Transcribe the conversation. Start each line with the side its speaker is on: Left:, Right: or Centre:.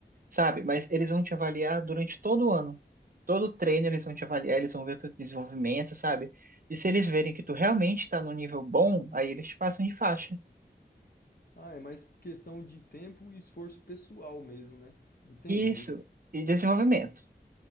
Right: sabe? Mas eles vão te avaliar durante todo o ano. Todo treino eles vão te avaliar, eles vão ver o teu desenvolvimento, sabe? E se eles verem que tu realmente está num nível bom, aí eles te passam de faixa.
Left: Ah, é mais questão de tempo e esforço pessoal mesmo, né? Entendi.
Right: Isso, e desenvolvimento.